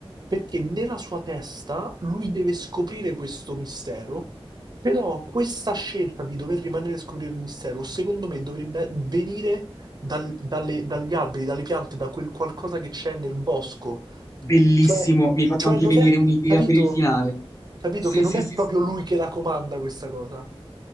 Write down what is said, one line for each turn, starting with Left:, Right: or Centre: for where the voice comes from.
Right: perché nella sua testa lui deve scoprire questo mistero, però questa scelta di dover rimanere a scoprire il mistero, secondo me, dovrebbe venire dal- dalle- dagli alberi, dalle piante, da quel qualcosa che c'è nel bosco.
Left: Bellissimo,
Right: Cioè,
Left: mi hai fatto
Right: cioè
Left: anche
Right: non
Left: venire
Right: è,
Left: un'idea
Right: capito?
Left: per il finale.
Right: Capito
Left: Sì,
Right: che non
Left: sì,
Right: è
Left: sì,
Right: proprio
Left: sì.
Right: lui
Left: sì.
Right: che la comanda questa cosa.